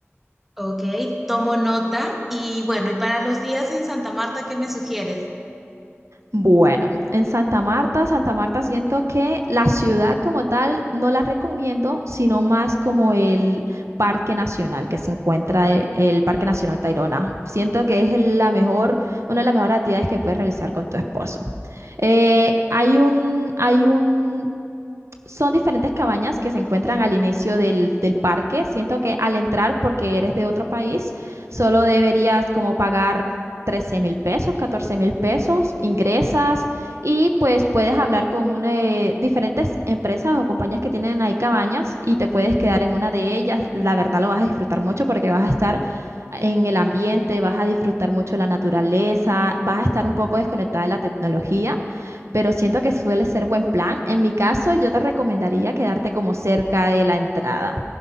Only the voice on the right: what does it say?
Bueno, en Santa Marta, Santa Marta siento que la ciudad como tal no la recomiendo, sino más como el Parque Nacional que se encuentra e- el Parque Nacional Tayrona. Siento que es el- la mejor, una de las mejores actividades que puedes realizar con tu esposo. Eh, hay un, hay un son diferentes cabañas que se encuentran al inicio del, del parque. Siento que al entrar, porque eres de otro país, solo deberías como pagar 13 mil pesos, 14 mil pesos, ingresas y pues puedes hablar con una de diferentes empresas o compañías que tienen ahí cabañas y te puedes quedar en una de ellas. La verdad lo vas a disfrutar mucho porque vas a estar en el ambiente, vas a disfrutar mucho la naturaleza, vas a estar un poco desconectada de la tecnología pero siento que suele ser buen plan. En mi caso, yo te recomendaría quedarte como cerca de la entrada.